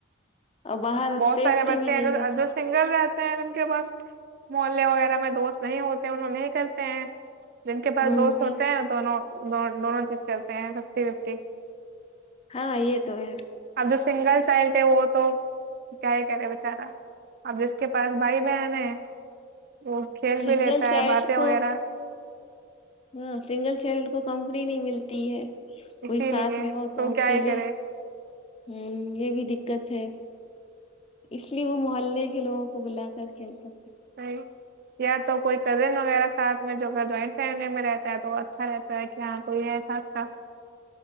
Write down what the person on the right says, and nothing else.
بہت
سارے بچتےے
ہیں
جو سنگل رہتے ان کے پاس محلے وغیرہ میں دوست نہیں ہوتے ان نہیں کرتے ہیں جن کے
پاس دوست
ہوتے ہیں دونوں دونوں چیز کرتے ہیں ففٹی ففٹی
ا جو سنگل چائلڈ ہے وہ تو کیا ہی کرے بچارا اب جس کے پاس بھائی بہن ہے وہ کھیل
بھی لیتا
ہے باتیں
وغیرہ
اسی
لیے
کیا
ہی کرے
ی یا تو کوئی کزن وغیرہ ساتھ میں جو جوائنٹ فیملی میں رہتا ہے تو اچھا رہتا ہے کہ ہاں کوئی ہے ساتھ کا